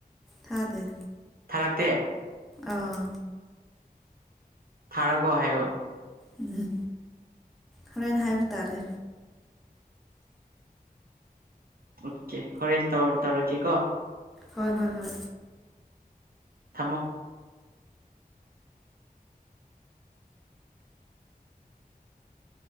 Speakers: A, in the centre; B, on the right (about 70°).
A: ꯊꯥꯗꯦ
B: ꯊꯥꯔꯛꯇꯦ
A: ꯑꯥ
B: ꯊꯥꯔꯒꯣ ꯍꯥꯏꯌꯣ
A: ꯎꯝ ꯍꯣꯔꯦꯟꯅ ꯍꯥꯏꯕ ꯇꯥꯔꯦ
B: ꯑꯣꯀꯦ ꯍꯣꯔꯦꯟ ꯇꯧꯔꯒꯦ ꯀꯣ
A: ꯍꯣꯏ ꯍꯣꯏ ꯍꯣꯏ
B: ꯊꯝꯃꯣ